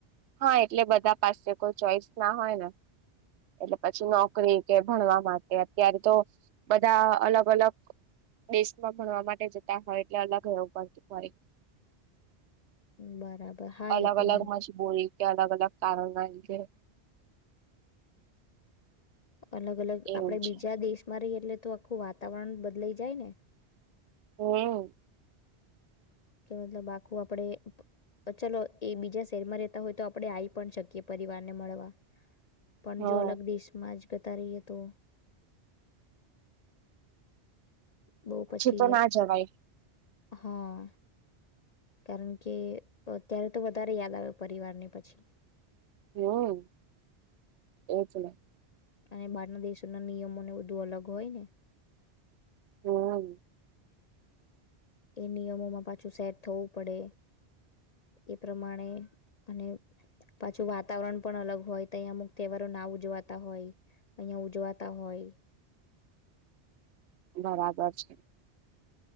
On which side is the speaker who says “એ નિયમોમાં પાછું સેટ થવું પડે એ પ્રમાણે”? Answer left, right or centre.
Left